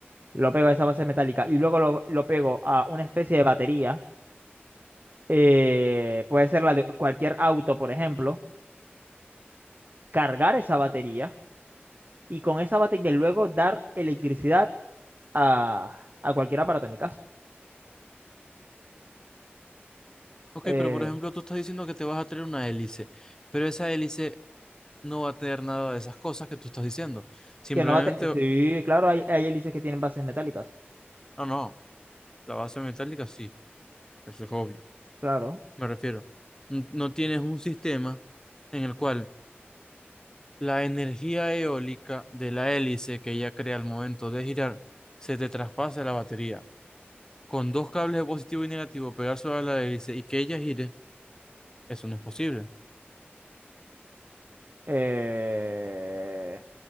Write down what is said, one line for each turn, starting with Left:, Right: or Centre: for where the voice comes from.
Right: lo pego a esa base metálica y luego lo, lo pego a una especie de batería. eh, puede ser la de cualquier auto, por ejemplo. Cargar esa batería y con esa batería luego dar electricidad a, a cualquier aparato en mi casa.
Left: Ok,
Right: Eh,
Left: pero por ejemplo, tú estás diciendo que te vas a traer una hélice, pero esa hélice no va a tener nada de esas cosas que tú estás diciendo. Simplemente,
Right: que no va a tener. Sí, claro, hay, hay hélices que tienen bases metálicas.
Left: no, no, la base metálica sí, eso es obvio.
Right: Claro.
Left: me refiero. N- No tienes un sistema en el cual la energía eólica de la hélice que ella crea al momento de girar se te traspasa a la batería. Con dos cables de positivo y negativo pegar sobre la hélice y que ella gire, eso no es posible.
Right: Eh,